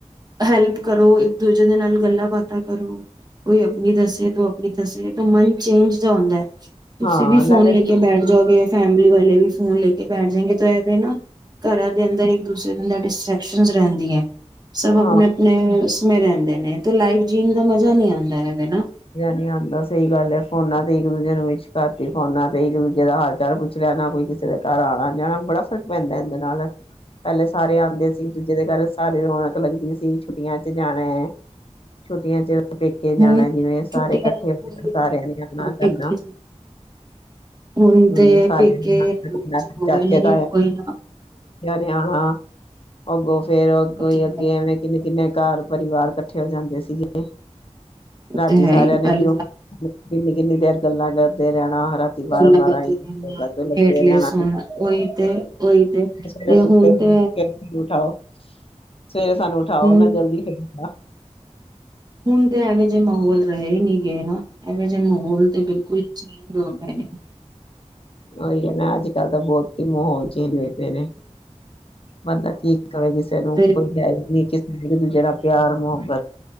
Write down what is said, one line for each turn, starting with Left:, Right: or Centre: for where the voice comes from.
Right: ਹੈਲਪ ਕਰੋ ਇੱਕ ਦੂਜੇ ਦੇ ਨਾਲ ਗੱਲਾਂ ਬਾਤਾਂ ਕਰੋ ਕੋਈ ਆਪਣੀ ਦੱਸੇ ਤਾਂ ਆਪਣੀ ਦੱਸੇ ਤਾਂਮਾਈ ਚੇਂਜ ਦਾ ਹੁੰਦਾ ਹੈ ਤੁਸੀਂ
Left: ਹਾਂ
Right: ਵੀ ਫੋਨ
Left: ਨਾਲੇ
Right: ਲੈਕੇ ਬੈਠ ਜਾਓਗੇ ਫੈਮਲੀ ਵਾਲੇ ਵੀ ਫੋਨ ਲੈਕੇ ਬੈਠ ਜਾਗੇਵੇ ਨਾ ਘਰਾਂ ਦੇ ਅੰਦਰ ਇੱਕ ਦੂਸਰੇ ਡਿਸਟਰੈਕਸ਼ਨ ਰਹਿੰਦੀਆਂ ਸਭ
Left: ਹਾਂ
Right: ਆਪਣੇ ਆਪਣੇ ਰਹਿੰਦੇ ਨੇ ਤੇ ਲਾਈਵ ਜੀਣ ਦਾ ਮਜ਼ਾ ਨਹੀਂੀ ਆਉਂਦਾ ਹੈਗਾ ਨਾ
Left: ਨੀ ਆਉਂਦਾ ਸਹੀ ਗੱਲ ਫੋਨਾ ਤੇ ਇੱਕ ਦੂਜੇ ਨੂੰ ਵਿਸ਼ ਕਰਤੀ ਫੋਨਾ ਤੇ ਇੱਕ ਦੂਜੇ ਦਾ ਹਾਲ ਚਾਲ ਪੁੱਛ ਲਿਆ ਨਾ ਕੋਈ ਕਿਸੇ ਦੇ ਘਰ ਆਣਾ ਜਾਣਾ ਬੜਾ ਫਰਕ ਪੈਂਦਾ ਇਹਦੇ ਨਾਲ ਪਹਿਲੇ ਸਾਰੇ ਆਉਂਦੇ ਸੀ ਇੱਕ ਦੂਜੇ ਦੇ ਘਰ ਸਾਰੀ ਰੌਣਕ ਲੱਗਦੀ ਸੀ ਛੁੱਟੀਆਂ ਚ ਜਾਣਾ ਹੈ ਛੁੱਟੀਆਂ ਚ ਪੇਕੇ ਜਾਣਾ
Right: ਹੁਣ
Left: ਜਿਵੇਂ ਸਾਰੇ
Right: ਛੁੱਟੀਆਂ
Left: ਇਕੱਠੇ ਹੋ
Right: ਹੋਈ
Left: ਸਾਰਿਆਂ ਨੇ ਆਪਣਾ ਕਰਨਾ
Right: ਪੇਕੇ ਹੁਣ
Left: ਹਮ
Right: ਤੇ
Left: ਸਾਰਿਆਂ
Right: ਪੇਕੇ
Left: ਨੇਣਾ
Right: ਐਵੇਂ ਜੇ ਹੋ ਗਏ
Left: ਚਾਚੇ
Right: ਨੇ
Left: ਤ
Right: ਕੋਈ
Left: ਹਰਿਆਣਾ ਹੋਗੋ ਫੇਰ ਅੱਗੋਂ
Right: ਨਾ
Left: ਹੀਈ ਅੱਗੇ ਐਵੇਂ ਕਿੰਨੇ ਕਿੰਨੇ ਘਰ ਪਰਿਵਾਰ ਇਕੱਠੇ ਹੋ ਜਾਂਦੇ ਸੀਗੇ
Right: ਉਹ
Left: ਰਾਤੀ
Right: ਤੇ ਹੈ
Left: ਸਾਰਿਆਂ
Right: ਹੀ
Left: ਨੇ
Right: ਪਹਿਲੇ
Left: ਜਿਉ ਕਿੰਨੀ ਕਿੰਨੀ ਦੇਰ ਗੱਲਾਂ ਕਰਦੇ ਰਹਿਣ ਰਾਤੀ
Right: ਗੱਲਾਂ
Left: ਬਾਰਾਂ ਬਾਰਾਂ
Right: ਬਾਤਾਂ ਕਰਨਾ ਲੇਟ
Left: ਲੱਗੇ
Right: ਲੇਟ
Left: ਰਹਿਣਾ
Right: ਸੋਣਾ ਉਹੀ ਤੇ ਉਹੀ ਤੇ ਤੇ
Left: ਸ ਸੁੱਤੇ
Right: ਹੁਣ ਤੇ
Left: ਉਠਾਓ ਸਵੇਰੇ ਸਾਨੂੰ ਉਠਾਓ
Right: ਹੁਣ
Left: ਨਾ ਜਲਦੀ ਫਿਰ ਹੈ
Right: ਹੁਣ ਤੇ ਹੈਗੇ ਮਾਹੌਲ ਰਹੇ ਨਹੀਂੀ ਗਏ ਨਾ ਐਵੇਂ ਜੇ ਮਾਹੌਲ ਤੇ ਬਿਲਕੁਲ ਚੇਂਜ ਹੋ ਗਏ ਨੇ
Left: ਹੀ ਨਾ ਅਜ ਕਲ ਤਾਂ ਬਹੁਤ ਹੀ ਮੁੂੰਹ ਹੋ ਚ ਹਜ ਹੋ ਫ ਬੰਦਾ ਕੀ ਕਵੇ ਕਿਸੇ ਨੂੰ
Right: ਤੇ
Left: ਕੋਈ <unintelligible> ਫ ਦੂਜੇ ਨਾਲ ਪਿਆਰ ਮੋਹ